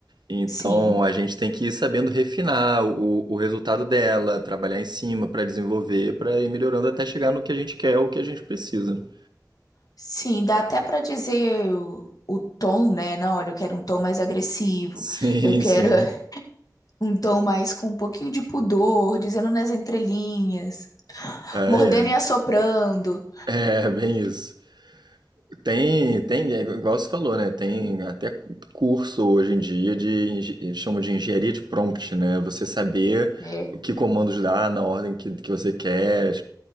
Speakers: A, on the right; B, on the left.
A: Então
B: sim.
A: a gente tem que ir sabendo refinar o, o resultado dela, trabalhar em cima para desenvolver, para ir melhorando até chegar no que a gente quer, o que a gente precisa. <laughs>
B: Sim, dá até pra dizer o, o tom, né? Não, olha, eu quero um tom mais agressivo,
A: Sim,
B: eu quero
A: sim.
B: <laughs> um tom mais com um pouquinho de pudor, dizendo nas entrelinhas,
A: Ai,
B: mordendo
A: ai.
B: e assoprando.
A: É, bem isso. Tem, tem, é igual você falou, né? Tem até curso hoje em dia de, engi- eles chamam de engenharia de prompt, né? Você saber
B: É,
A: o que comandos dar na ordem que, que você quer,